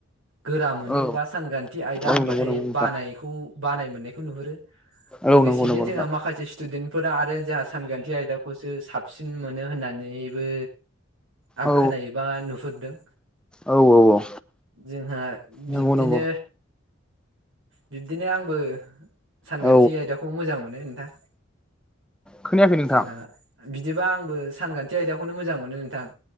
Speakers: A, on the right (about 75°); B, in the centre.
A: गोरा मोनो
B: औ
A: बा सानखान्थि आयदा
B: औ
A: होनबाथाय
B: नंगौ नंगौ नोंथां
A: बानायखौ बानाय मोननायखौ नुहुरो
B: औ
A: लोगोसेनो
B: नंगौ नंगौ
A: जोंहा
B: नोंथां
A: माखासे स्टुदेन्टफोरा आरो जोंहा सानखान्थि आयदाखौसो साबसिन मोनो होननानैबो आं
B: औ
A: खोनायोबा नुहुरदों
B: औ औ औ
A: जोंहा बिब्दिनो
B: नंगौ नंगौ
A: बिबदिनो आंबो सानखान्थि
B: औ
A: आयदाखौ मोजां मोनो नोंथां
B: खोनायाखै नोंथां
A: जोंहा बिदिबा आंबो सानखान्थि आयदाखौनो मोजां मोनो नोंथां